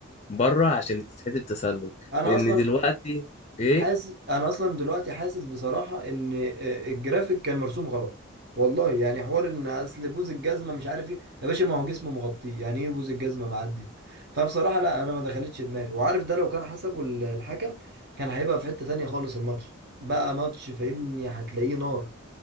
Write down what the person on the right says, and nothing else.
انا
اصلا
حاسس انا اصلا دلوقتي حاسس بصراحه ان آه، الجرافيك كان مرسوم غلط والله يعني حوار ان اصل بوز الجزمه مش عارف ايه يا باشا ما هو جسمه مغطيه يعني ايه بوز الجزمه معدي فبصراحه لا انا ما دخلتش دماغي وعارف ده لو كان حسبه ال- الحكم كان هيبقى في حته تانية خالص الماتش بقى ماتش فاهمني هتلاقيه نار